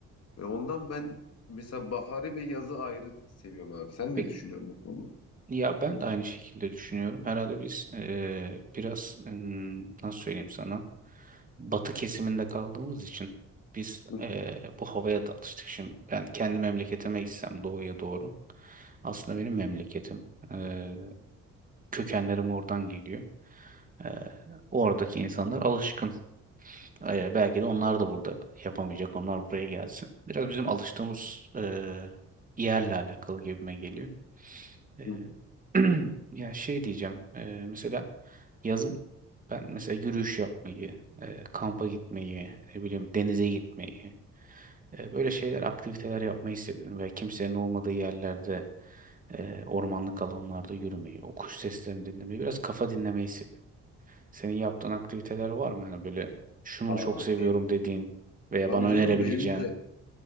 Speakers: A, on the left (about 55°); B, on the right (about 25°).
A: Ve ondan ben mesela baharı ve yazı ayrı seviyorum abi. Sen
B: Peki,
A: ne düşünüyorsun bu konuda?
B: ya ben de aynı şekilde düşünüyorum. Herhalde biz e, biraz ım, nasıl söyleyeyim sana? batı kesiminde kaldığımız için biz
A: Hı
B: eee, bu havaya da alıştık şimdi. Yani kendi memleketime gitsem doğuya doğru. Aslında benim memleketim. Eee, kökenlerim oradan geliyor. Eee, oradaki insanlar alışkın. Eee, belki de onlar da burada yapamayacak. Onlar buraya gelsin. Biraz bizim alıştığımız eee, yerle alakalı gibime geliyor. Ee,
A: hı.
B: <clears throat> ya şey diyeceğim. ee, mesela yazın ben mesela yürüyüş yapmayı, e, kampa gitmeyi, ne bileyim denize gitmeyi, e, böyle şeyler, aktiviteler yapmayı seviyorum ve kimsenin olmadığı yerlerde, e, ormanlık alanlarda yürümeyi, o kuş seslerini dinlemeyi, biraz kafa dinlemeyi seviyorum. Senin yaptığın aktiviteler var mı? Yani böyle şunu
A: Aa,
B: çok seviyorum
A: ben,
B: dediğin veya
A: tabii
B: bana
A: canım
B: önerebileceğin.
A: benim de